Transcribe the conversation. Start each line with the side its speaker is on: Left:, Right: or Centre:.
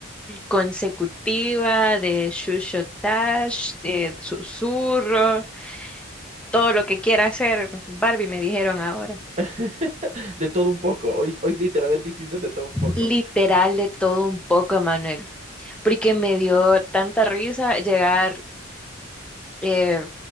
Centre: Consecutiva, de shushotash, de susurro, todo lo que quiera hacer. Barbie me dijeron ahora.
Right: <laughs> De todo un poco, hoy, hoy literalmente hiciste de todo un poco.
Centre: Literal de todo un poco, Emanuel. Porque me dio tanta risa llegar eh,